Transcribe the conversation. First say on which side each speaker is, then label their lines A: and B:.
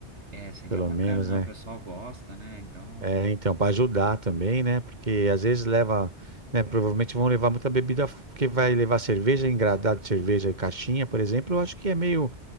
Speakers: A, on the right; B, on the right.
A: É, seria
B: Pelo
A: bacana,
B: menos,
A: né?
B: né?
A: O pessoal gosta, né? Então.
B: É, então, para ajudar também, né? Porque às vezes leva, né? Provavelmente vão levar muita bebida, porque vai levar cerveja, engradado de cerveja e caixinha, por exemplo, eu acho que é meio,